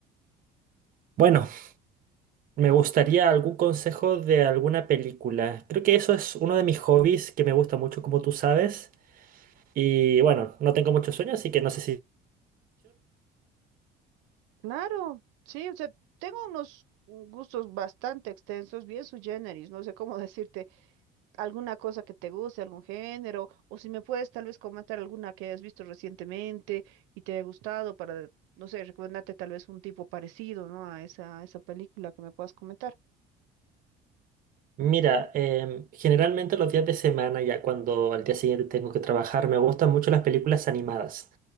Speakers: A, on the right; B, on the right.
A: bueno, me gustaría algún consejo de alguna película. Creo que eso es uno de mis hobbies que me gusta mucho, como tú sabes, y bueno, no tengo mucho sueño, así que no sé si...
B: Claro, sí, o sea, tengo unos gustos bastante extensos, bien sui generis, no sé cómo <laughs> decirte, alguna cosa que te guste, algún género, o si me puedes tal vez comentar alguna que hayas visto recientemente y te haya gustado para, no sé, recomendarte tal vez un tipo parecido, ¿no? A esa, a esa película que me puedas comentar.
A: Mira, em, generalmente los días de semana, ya cuando al día siguiente tengo que trabajar, me gustan mucho las películas animadas.